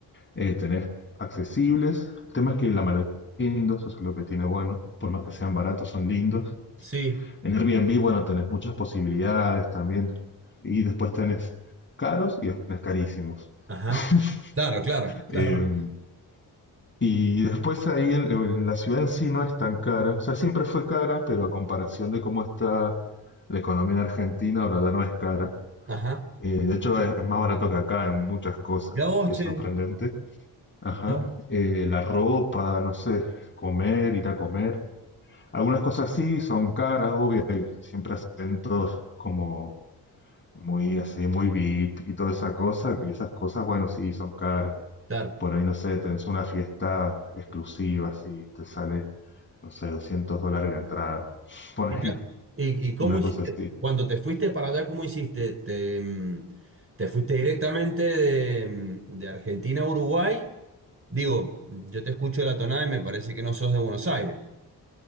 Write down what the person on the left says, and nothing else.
eh, tenés accesibles, el tema es que la mayoría son lindos, eso es lo que tiene bueno, por más que sean baratos, son lindos.
En Airbnb, bueno, tenés muchas posibilidades también. Y después tenés caros y después tenés carísimos.
<laughs>
Eh,
y después ahí en, en la ciudad en sí no es tan cara. O sea, siempre fue cara, pero a comparación de cómo está la economía en Argentina, ahora ya no es cara.
Eh, de hecho, es, es más barato que acá en muchas cosas.
Y es
sorprendente. Ajá.
Eh, la ropa, no sé, comer, ir a comer. Algunas cosas sí son caras, obvio, hay siempre acentos como muy así, muy VIP y toda esa cosa, que esas cosas, bueno, sí, son caras.
Por ahí, no sé, tenés una fiesta exclusiva, si te sale, no sé, 200 dólares la entrada, <laughs> ponele,
una
cosa así.